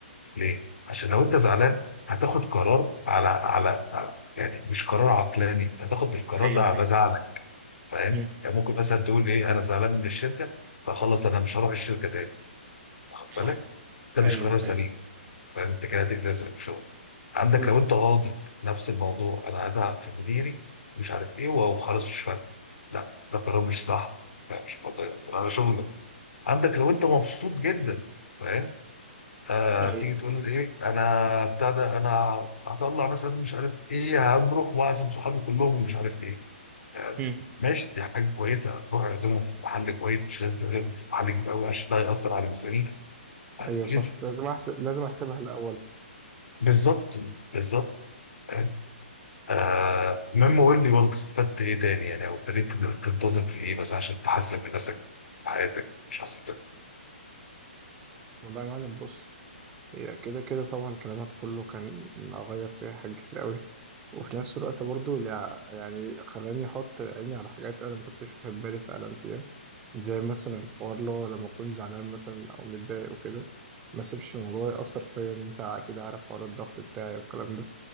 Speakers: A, on the left; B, on the right.
A: ليه عشان لو انت زعلان هتاخد قرار على على يعني مش قرار عقلاني انت هتاخد القرار
B: ايوه
A: ده على
B: ايوه
A: زعلك فاهم
B: مم.
A: يعني ممكن مثلا تقول ايه انا زعلان من الشركه فخلص انا مش هروح الشركه تاني واخد
B: صح
A: بالك ده مش
B: أيوه
A: قرار سليم
B: أيوه
A: فانت كده هتجزي نفسك في شغل عندك
B: مم.
A: لو انت غاضب نفس الموضوع انا هزعق في مديري مش عارف ايه وهو خلاص مش فارق لا ده قرار مش صح لا مش برضه هيأثر على شغلك عندك لو انت مبسوط جدا فاهم آه
B: أيوه
A: تيجي تقول ايه انا بتاع ده انا هطلع مثلا مش عارف ايه هنروح واعزم صحابي كلهم مش عارف ايه آه
B: مم.
A: ماشي دي حاجه كويسه روح اعزمهم في محل كويس مش لازم تعزمهم في محل كبير قوي عشان ده هيأثر على ميزانيتك هتتأذي
B: أيوه صح لازم أحسب لازم أحسبها الأول
A: بالظبط بالظبط آه، آه مما قول لي برضه استفدت ايه تاني يعني او ابتديت تنتظم في ايه بس عشان تحسن من نفسك في حياتك مش شخصيتك
B: والله يا معلم بص هي كده كده طبعا كلامك كله كان أغير فيها حاجات كتير قوي وفي نفس الوقت برضو لع- يعني خلاني أحط عيني على حاجات أنا ما كنتش واخد بالي فعلا فيها زي مثلا الحوار اللي هو لما أكون زعلان مثلا أو متضايق وكده ما أسيبش الموضوع يأثر فيا إن أنت أكيد عارف حوار الضغط بتاعي والكلام ده